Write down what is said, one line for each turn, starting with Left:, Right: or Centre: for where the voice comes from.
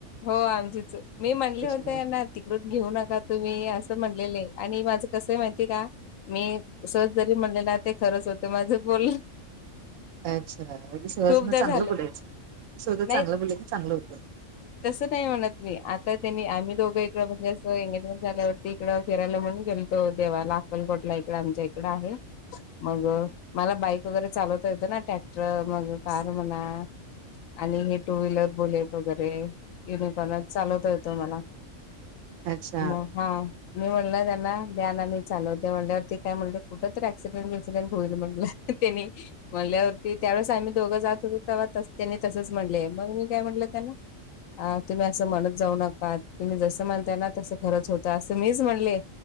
Left: हो आमचीच चुक मी म्हणले
Right: त्याच्या
Left: होते याना ति कडून घेऊ नका तुम्ही असं म्हणलेले आणि माझं कसं माहितीये का? मी सहज जरी म्हणले ना ते खरंच होते माझं बोलन.
Right: अच्छा म्हणजे सहजच
Left: खूपदा
Right: म चांगलं
Left: झालं
Right: बोलायचं सगळं चांगलं
Left: नाही
Right: बोलेल की चांगलं होत.
Left: तसं काय म्हणत नही. आता त्यांनी आम्ही दोघ एक तेव्हा म असं एंगेजमेंट झाल्यावरती इकडं फिरायला म्हणून गेलतो देवाला अक्कलकोटला इकडे आमच्या इकंड आहे. मंग मला बाईक वगैरे चालवता येतं ना टॅक्टर मग कार म्हणा आणि हे टू व्हीलर बुलेट वगैरे <unintelligible> चालवता येतो मला
Right: हा अच्छा
Left: म हा. मी म्हणलं त्यांना दया ना मी चालवते म्हटल्यावरती टे काय म्हणले कुठं तर ऍक्सिडेंट बिक्सिडेंट होईल म्हणलं त त्यानी म्हणल्यावरती त्यावेळेस आम्ही दोघं जात होतो तवां त्यांनी तसंच म्हणले मग मी काय म्हटलं त्यांना अ तुम्ही असं म्हणत जाऊ नका तुम्ही जसं म्हणताय ना तसं खरंच होतय असं मीच म्हणले.